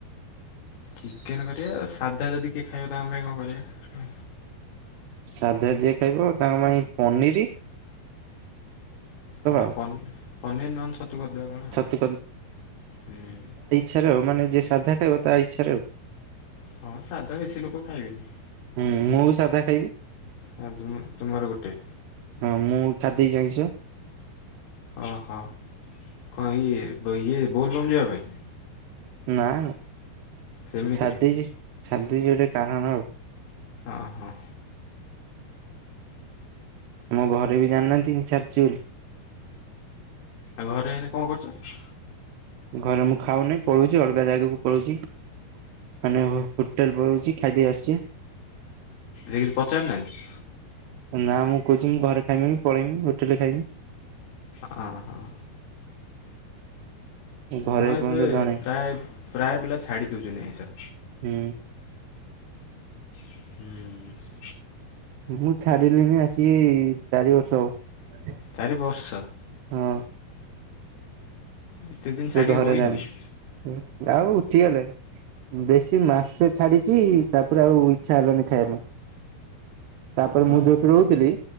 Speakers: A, on the left (about 80°); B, on the right (about 85°).
A: ଚିକେନ୍ କରିବା। ସାଧା ଯଦି କିଏ ଖାଇବା ତାଙ୍କ ପାଇଁ କଣ କରିବା?
B: ସାଧା ଯିଏ ଖାଇବ ତାଙ୍କ ପାଇଁ ପନିରି
A: ହଁ
B: ଆଉ।
A: ପନିର୍ ନହେଲେ ଛତୁ କରିଦେବା କଣ
B: ଛତୁ
A: ଆଉ। ହୁଁ
B: ଛାରେ ଆଉ ମାନେ ଯିଏ ସାଧା ଖାଇବ ତା ଇଚଛାରେ ଆଉ।
A: ହଁ ସାଧା ବେଶୀ ଲୋକ ଖାଇବେନି।
B: ହୁଁ ମୁଁ ବି ସାଧା ଖାଇବି।
A: <unintelligible> ତୁମର ଗୋଟେ।
B: ହଁ ମୁଁ ଛାଡ଼ିଦେଇଚି ଆଇଁଷ।
A: ଓ ହୋ <unintelligible> ଇଏ ଇଏ ବୋଲ ବମ୍ ଯିବା ପାଇଁ।
B: ନା ନା
A: ସେମିତିରେ
B: ଛାଡିଦେଇଛି ଛାଡିଦେଇଛି ଗୋଟେ କାରଣ ଆଉ।
A: ଓ ହୋ
B: ଆମ ଘରେ ବି ଜାଣିନାହାନ୍ତି ଏମିତି ଚାଲଚି ବୋଲି।
A: ଆଉ ଘରେ ହେନେ କଣ କରୁଚ?
B: ଘରେ ମୁଁ ଖାଉନେଇଁ ପଳୋଉଚି ଅଲଗା ଜାଗାକୁ ପଳୋଉଚି। ମାନେ ହୋ-ହୋଟେଲ ପଳୋଉଚି ଖାଇଦେଇ ଆସୁଚି।
A: ରେ କିଛି ପଚାର ନାହାନ୍ତି?
B: ନା ମୁଁ କୋହୁଚି ମୁଁ ଘରେ ଖାଇମିନି ପଳେଇମି ହୋଟେଲରେ ଖାଇମି।
A: ହଁ ହଁ।
B: ଘରେ
A: ହଁ
B: ଏପର୍ଯ୍ୟନ୍ତ
A: ଏବେ
B: ଜଣେ
A: ପ୍ରାୟେ ପ୍ରାୟେ ପିଲା ଛାଡ଼ିଦୋଉଚନ୍ତି ଆଇଁଷ।
B: ହୁଁ।
A: ହୁଁ।
B: ମୁଁ ଛାଡିଲିନି ଆସିକି ଚାରି ବର୍ଷ ହବ।
A: ଚାରି ବର୍ଷ।
B: ହଁ।
A: ଏତେ ଦିନ ଛାଡ଼ିକି
B: ତୁ ଏ ଘରେ
A: ରହି
B: ଜାଣନି
A: ହେଉଛି
B: ଆଉ ଉଠିଗଲେ। ବେଶୀ ମାସେ ଛାଡିଚି ତାପରେ ଆଉ ଇଚ୍ଛା ହେଲାନି ଖାଇବା ପାଇଁ। ତାପରେ
A: ଓହୋ
B: ମୁଁ ଯୋଉଠି ରହୁଥିଲି